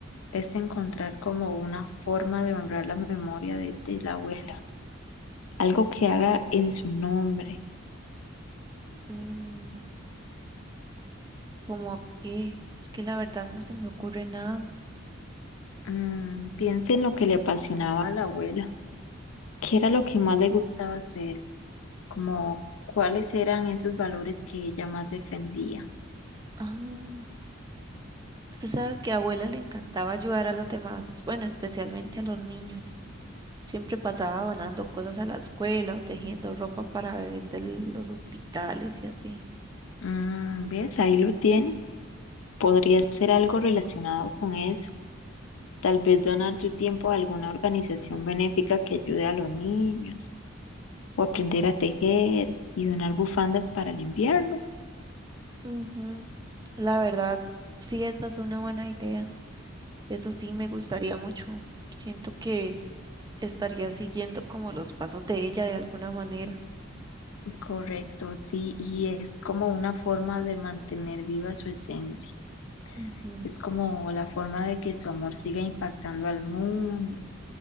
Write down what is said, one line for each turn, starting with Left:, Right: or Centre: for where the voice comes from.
Left: es encontrar como una forma de honrar la memoria de, de la abuela, algo que haga en su nombre.
Right: Mm, como qué? es que la verdad no se me ocurre nada.
Left: Mm, piense en lo que le apasionaba a la abuela, qué era lo que más le gustaba hacer, como cuáles eran esos valores que ella más defendía.
Right: Ah, usted sabe que a abuela le encantaba ayudar a los demás, bueno, especialmente a los niños. Siempre pasaba donando cosas a la escuela o tejiendo ropa para bebés de los hospitales y así.
Left: Mm, ¿ves? Ahí lo tiene. Podría ser algo relacionado con eso. Tal vez donar su tiempo a alguna organización benéfica que ayude a los niños. o aprender a tejer y donar bufandas para el invierno.
Right: Ujú. La verdad, sí, esa es una buena idea. Eso sí me gustaría mucho. Siento que estaría siguiendo como los pasos de ella de alguna manera.
Left: Correcto, sí, y es como una forma de mantener viva su esencia.
Right: Ujú.
Left: Es como la forma de que su amor siga impactando al mundo.